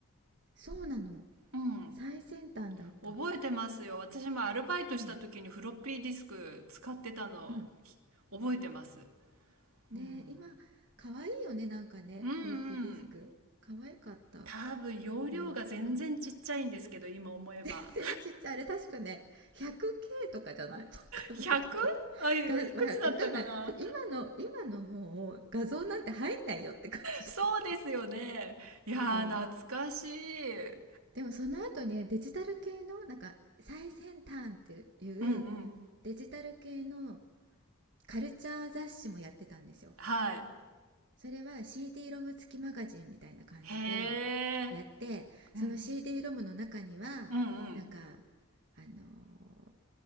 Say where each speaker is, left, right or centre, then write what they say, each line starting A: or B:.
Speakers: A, on the right (about 55°); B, on the right (about 80°).
A: <laughs>。そうなの
B: うん。
A: 最先端だった。
B: 覚えてますよ。私もアルバイトした時にフロッピーディスク使ってたのき覚えてます。
A: うんうん。ね今
B: うん。
A: 可愛いよねなんかねフロッピーディスク可愛かった
B: うんうん。多分容量が全然ちっちゃいんですけど、
A: なんか
B: 今思えば。
A: 全然ちっちゃい。あれ確かね、100K とかじゃない <laughs> わかんないけど。
B: 100? あ、いくつだったかな
A: が、わわかんない。今の、今のもう画像なんて入んないよって感じだよね。
B: そうですよね。いやー、
A: うん。
B: 懐かしい。
A: でもその後にねデジタル系の、なんか最先端っていう
B: うんうん。
A: デジタル系のカルチャー雑誌もやってたんですよ。
B: はい。
A: それは CD ロム付きマガジンみたいな感じでやって、
B: へえ。
A: その
B: うん。
A: CD ロムの中には、
B: うんうん。
A: なんか、あのー